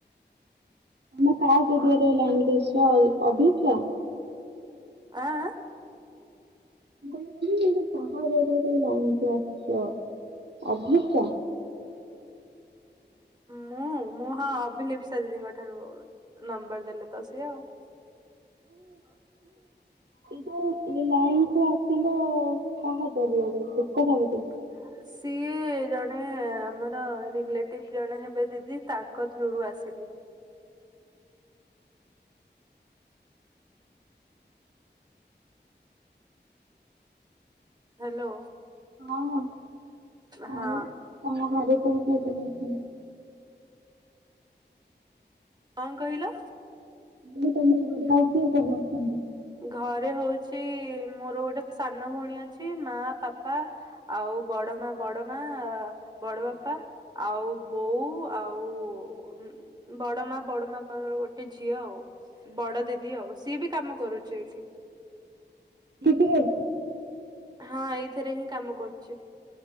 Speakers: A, on the right (about 70°); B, on the right (about 25°).
A: ଆମେ କାହା ଜରିିଆରେ ଲାଇନ ଅଛି ଆଉ ଅଭିଜ୍ୟ।
B: ଆଁ ଆଁ। <inaudible> <unintelligible>
A: କହିଲି କାହା ଜରିଆରେ ଲାଇନ କୁ ଆସିଛ ଅଭିପ୍ସା
B: ମୁଁ ମୁଁ ହଁ ଅଭିଲିପ୍ସା ଦିଦିଙ୍କ ଠାରୁ ନମ୍ବର ଦେଲେ ତ ସିଏ ଆଉ। <inaudible>
A: ଏ ଯୋଉ ଏ ଲାଇନ କୁ ଆସିଲେ କାହା ଜରିଆରେ ସେ କଥା ପଚାରୁଛି।
B: <inaudible> ସିଏ ଜଣେ ଆମର ରିଲେଟିଭି ଜଣେ ହେବେ ଦିଦି ତାଙ୍କ ଥ୍ରୁରୁ ଆସିଲି। ହାଲୋ।
A: ହଁ।
B: ହଁ।
A: ଆଉ ତମ ଘରେ କିଏ କିଏ ସବୁ ଅଛନ୍ତି?
B: କଣ କହିଲ?
A: ମୁଁ କହିଲି ତମ ଘରେ ଆଉ କିଏ ସବୁ ଅଛନ୍ତି?
B: ଘରେ ହଉଛି ମୋର ଗୋଟେ ସାନ ଭଉଣୀ ଅଛି ମା ପାପା ଆଉ ବଡ଼ ମା ବଡ଼ ମା ବଡ଼ ବାପା ଆଉ ବୋଉ ଆଉ ହୁଁ। ବଡ ମା ବଡ ମା ପାପାର ଗୋଟେ ଝିଅ ଆଉ ବଡ ଦିଦି ଆଉ ସିଏ ବି କାମ କରୁଚି ଏଇଠି।
A: କିଏ କିରେ?
B: ହଁ ଏଇଥିରେ ହିଁ କାମ କରୁଚି।